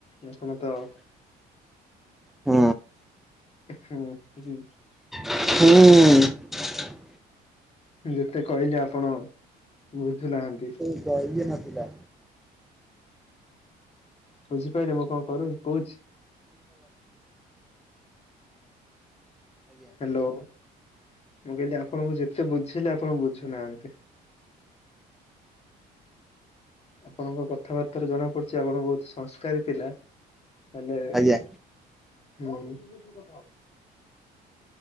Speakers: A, on the left (about 40°); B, in the centre.
A: ଆପଣ ତ
B: ହୁଁ
A: ହୁଁ ହୁଁ।
B: ହୁଁଉଁ।
A: ଯେତେ କହିଲେ ଆପଣ ବୁଝୁନାହାନ୍ତି।
B: <unintelligible> ଇଏ ନଥିଲା।
A: ବୁଝିପାରିଲେ ମୋ ପାଖକୁ କର କୋହୁଚି। ହ୍ୟାଲୋ ମୁଁ କହିଲି ଆପଣଙ୍କୁ ଯେ ସେ ବୁଝିଲେ ଆପଣ ବୁଝୁନାହାନ୍ତି। ଆପଣଙ୍କ କଥାବାର୍ତ୍ତାରୁ ଜଣାପଡୁଛି ଆପଣ ବହୁତ ସଂସ୍କାରୀ ପିଲା। ହେଲେ ହୁଁ
B: ଆଜ୍ଞା।
A: କଣ ଫୁସୁରୁ ଫୁସୁରୁ କଥା ହଉଛୁ।